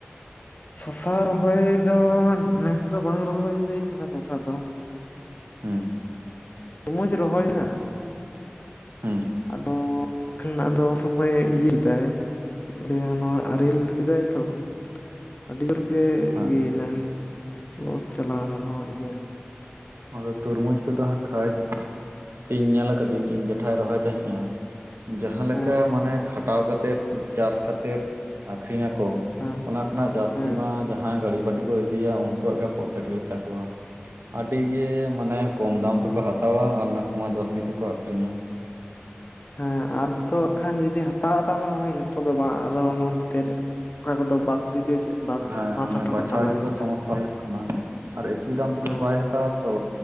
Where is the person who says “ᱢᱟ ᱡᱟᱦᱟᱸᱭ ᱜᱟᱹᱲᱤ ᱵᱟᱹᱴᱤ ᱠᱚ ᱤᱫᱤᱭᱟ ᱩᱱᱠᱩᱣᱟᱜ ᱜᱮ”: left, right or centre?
Right